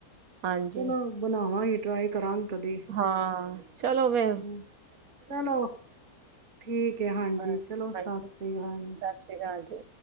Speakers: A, on the right; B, on the right.
A: ਹਾਂਜੀ,
B: ਚਲੋ ਬਣਾਵਾਂਗੇ ਟਰਾਈ ਕਰਾਂਗੇ ਕਦੇ।
A: ਹਾਂ। ਚਲੋ ਫੇ
B: ਹੂੰ। ਚਲੋ, ਠੀਕ ਹੇਂ, ਹਾਂਜੀ।
A: ਹਾਂ,
B: ਚਲੋ,
A: ਹਾਂਜੀ
B: ਸਤ ਸ੍ਰੀ ਕਾਲ।
A: ਸਤਿ ਸ੍ਰੀ ਅਕਾਲ ਜੀ